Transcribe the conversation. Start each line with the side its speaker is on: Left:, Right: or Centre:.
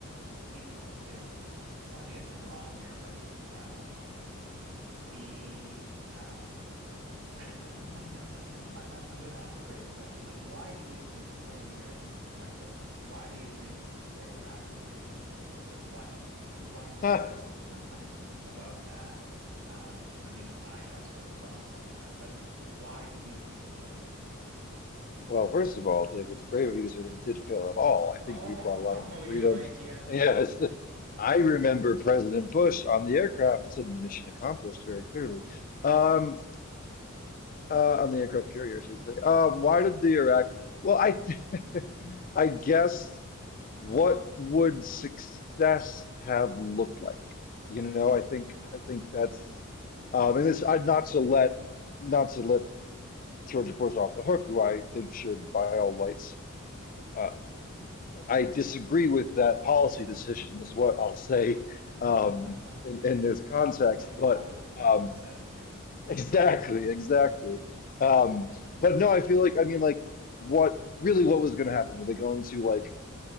Right: I mean, you know, tell me if I'm wrong here, but uh, the um, <laughs> I'm I'm, I'm going to ask a crazy question. Like, why do you think, from the American perspective, why do you think the Iraq invasion failed? Like, what what was
Left: <laughs> Ah,
Right: it <laughs> about that? Um, I mean, I have sort of thoughts on that, but why do you think it failed?
Left: well, first of all, Dave, it's brave of you to say that it did fail at all. I think
Right: Oh,
Left: we brought a lot of
Right: <laughs> oh, you're
Left: freedom.
Right: right.
Left: <laughs>
Right: Yeah, you're
Left: Yes,
Right: right.
Left: I remember President Bush on the aircraft and said mission accomplished very clearly. Um, uh, on the aircraft carrier, I should say. Uh, why did the Iraq? Well, I, th <laughs> I guess what would success have looked like?
Right: <laughs>
Left: You
Right: I
Left: know,
Right: see.
Left: I think
Right: Yeah.
Left: I think that's um, and this I'd not to let not to let Georgia Bush off the hook, who I think should, by all lights, uh, I disagree with that policy decision, is what I'll say
Right: <laughs>
Left: um, in, in this context.
Right: In the proper
Left: But
Right: professional
Left: um,
Right: setting, yes.
Left: <laughs> exactly, exactly. Um, but no, I feel like, I mean, like, what really what was going to happen? Were they going to, like,